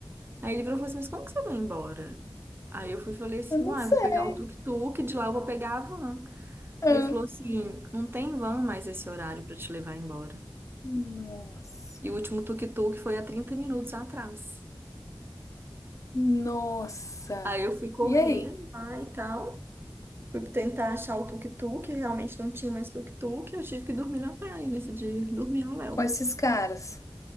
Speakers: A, on the right (about 25°); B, on the left (about 35°).
A: Aí ele virou e falou assim: mas como que você vai embora? Aí eu fui e falei assim:
B: Eu não
A: ah,
B: sei.
A: eu vou pegar o tuk-tuk, de lá eu vou pegar a van.
B: Ah,
A: Aí ele falou assim: não tem van mais esse horário pra te levar embora.
B: Nossa,
A: E o último tuk-tuk foi há 30 minutos atrás.
B: nossa.
A: Aí eu fui correndo
B: E aí?
A: lá e tal. Fui tentar achar o tuk-tuk, realmente não tinha mais tuk-tuk. Eu tive que dormir na praia nesse dia. Dormi no Léo.
B: Com esses caras?